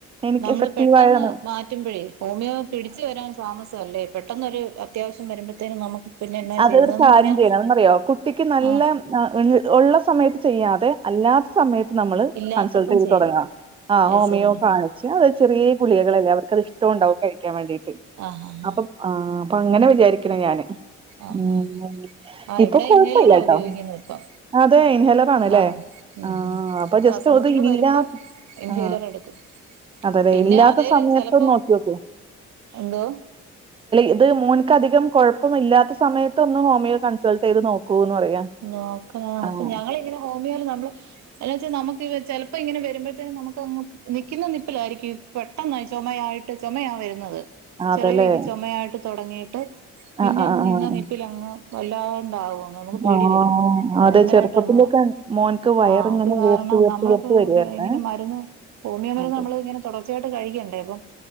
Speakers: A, on the right; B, on the right.
A: എനിക്ക്
B: നമ്മള്
A: എഫക്റ്റീവ്
B: പെട്ടെന്ന്
A: ആയതാണ്.
B: മാറ്റുമ്പഴേ ഹോമിയോ പിടിച്ച് വരാൻ താമസാ അല്ലേ പെട്ടെന്ന് ഒര് അത്യാവശ്യം വരുമ്പത്തേനും നമുക്ക് പിന്നെ എന്നാ
A: അത്
B: ചെയ്യുന്നതെന്ന്
A: ഒരു കാര്യം
B: പറഞ്ഞാ
A: ചെയ്യണം ന്താന്നറിയോ കുട്ടിക്ക് നല്ല
B: ആഹ്
A: ഉള്ള സമയത്ത് ചെയ്യാതെ അല്ലാത്ത സമയത്ത് നമ്മള്
B: ഇല്ലാത്തപ്പം
A: കൺസൾട്ട് ചെയ്ത്
B: ചെയ്യുക
A: തുടങ്ങാം ആ
B: അത്
A: ഹോമിയോ
B: ശരി ആഹ്
A: കാണി ച്ച അത് ചെറീയഗുളികകളല്ലേ അവർക്ക്ത് ഇഷ്ട്ടം ണ്ടാവും കഴിക്കാൻ വേണ്ടീട്ട്
B: ആഹ് ആഹ്
A: അപ്പം ആഹ് അപ്പൊ അങ്ങനെ വിചാരിക്ക്ണ് ഞാന്
B: ആഹ്
A: ഉം.
B: ആഹ് ആഹ്
A: ഇപ്പൊ
B: ഇവിടെ
A: കുഴപ്പമില്ലാട്ടോ.
B: ഇൻഹേയ്ലറാ ഉപയോഗിക്കുന്നതിപ്പം
A: അതെ ഇൻഹേലർ ആണല്ലേ?
B: ആഹ്
A: ആ
B: ഉം
A: അപ്പൊ
B: ശ്വാസംമുട്ടല്
A: ജസ്റ്റ് അത് ഇല്ലാ
B: വരുംമ്പം ഇൻ
A: ആ.
B: ഹീലർ എടുക്കും
A: അതേല്ലേ
B: പിന്നെ
A: ഇല്ലാത്ത
B: അതേല്
A: സമയത്തൊന്ന്
B: ചെലപ്പോം
A: നോക്കി നോക്ക്.
B: എന്തോ
A: ഇത് മൂൻക്കധികം കൊഴപ്പം ഇല്ലാത്ത ആ സമയത്തൊന്ന് ഹോമിയോ കൺസൾട്ടെയ്ത് നോക്കൂ ന്ന് പറയാ
B: നോക്കങ്ങന
A: ആഹ്
B: അപ്പം ഞങ്ങളിങ്ങനെ ഹോമിയോല് നമ്മള് എന്ന്ച്ചാ നമുക്ക് ചെലപ്പോ ഇങ്ങനെ വരുമ്പോഴത്തേനും നമുക്ക് നിക്കുന്ന നിപ്പിലാരിക്കും പെട്ടെന്നായി ചൊമയായിട്ട് ചൊ മയാ വരുന്നത്
A: അതല്ലേ
B: ചെറിയ രീതി ചുമയായിട്ട് തൊടങ്ങീ ട്ട് പിന്നെ
A: ആഹ് ആഹ്
B: അങ്ങ്
A: ആഹ്
B: നിന്ന നിപ്പിലങ്ങ് വല്ലാണ്ടാവും അങ്ങ് നമുക്ക് പേടി
A: ആഹ്
B: വരും ഭയങ്കരായിട്ട
A: അതെ ചെറുപ്പത്തിലൊക്കെ
B: അങ്ങ്
A: മോൻക്ക് വയറിങ്ങനെ
B: ആഹ് അത് കാരണം
A: വീർത്ത് വീർത്ത്
B: നമ്മള്
A: വീർത്ത്
B: പ്പൊ
A: വരുവായിരുന്നേ.
B: ഇങ്ങനെ മരുന്ന് ഹോമിയോ മരുന്ന്
A: അതെ
B: നമ്മള് ഇങ്ങനെ തൊടർച്ചയായിട്ട് കഴിക്കണ്ടേ അപ്പം